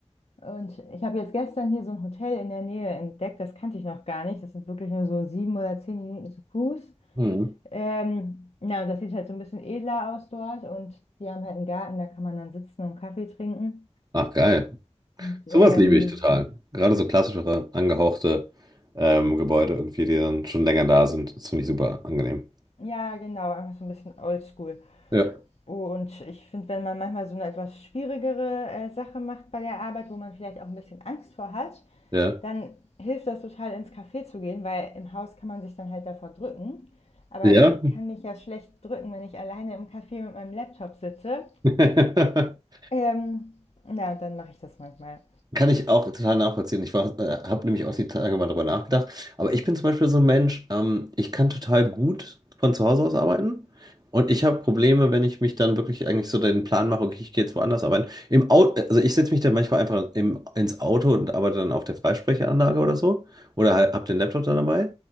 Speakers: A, on the left (about 60°); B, on the right (about 35°).
A: und ich habe jetzt gestern hier so ein Hotel in der Nähe entdeckt, das kannte ich noch gar nicht. Das sind wirklich nur so sieben oder zehn Minuten zu Fuß.
B: Mhm.
A: Ähm, na, und das sieht halt so ein bisschen edler aus dort. Und die haben halt einen Garten, da kann man dann sitzen und Kaffee trinken.
B: Ach, geil.
A: Und,
B: Sowas
A: ähm,
B: liebe ich total. Gerade so klassischere, angehauchte ähm, Gebäude, irgendwie, die dann schon länger da sind. Das finde ich super angenehm.
A: ja, genau, einfach so ein bisschen oldschool.
B: Ja.
A: Und ich finde, wenn man manchmal so eine etwas schwierigere äh, Sache macht bei der Arbeit, wo man vielleicht auch ein bisschen Angst vor hat,
B: Ja.
A: dann hilft das total ins Café zu gehen, weil im Haus kann man sich dann halt davor drücken. Aber
B: Ja.
A: ich kann mich ja schlecht drücken, wenn ich alleine im Café mit meinem Laptop sitze.
B: <laughs>
A: Ähm, ja, und dann mache ich das manchmal.
B: Kann ich auch total nachvollziehen. Ich war, äh, habe nämlich auch die Tage mal drüber nachgedacht. Aber ich bin zum Beispiel so ein Mensch, ähm, ich kann total gut von zu Hause aus arbeiten. Und ich habe Probleme, wenn ich mich dann wirklich eigentlich so den Plan mache, okay, ich gehe jetzt woanders arbeiten. Im Auto, also ich setze mich dann manchmal einfach im, ins Auto und arbeite dann auf der Freisprechanlage oder so. Oder halt, habe den Laptop dann dabei.